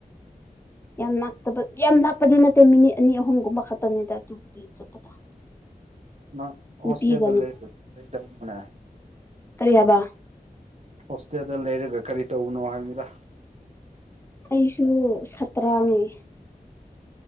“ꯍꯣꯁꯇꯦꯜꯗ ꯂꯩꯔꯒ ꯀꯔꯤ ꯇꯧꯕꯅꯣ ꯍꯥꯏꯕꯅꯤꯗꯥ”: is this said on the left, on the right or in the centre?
Right